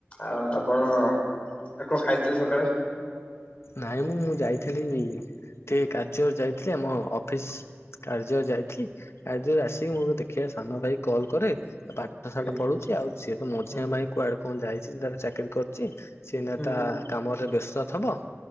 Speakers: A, on the left; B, on the left.
A: ଆଉ ଆପଣ ଆ କଣ ଖାଇଥିଲି ସକାଳେ
B: ନାଇଁ ମୁଁ ଯାଇଥେଲି ଟିକେ କାଯ୍ୟରେ ଯାଇଥିଲି ଆମ ଅଫିସ କାର୍ଯ୍ୟରେ ଯାଇଥିଲି କାର୍ଯ୍ୟରୁ ଆସିକି ମୁଁ ଦେଖିଆ ସାନ ଭାଇ କୁ କଲ୍ କରେ ପାଠ ସାଠ
A: ଆଜ୍ଞା
B: ପଢୁଚି ଆଉ ସିଏ ତ ମଝିଆ
A: ହୁଁ
B: ଭାଇ କୁଆଡେ କଁ ଯାଇଛି ତା ଚାକିରି କରୁଚି। ସିଏ ଏଇନା
A: ହୁଁ
B: ତା କାମରେ ବ୍ୟସ୍ତ ଥିବ।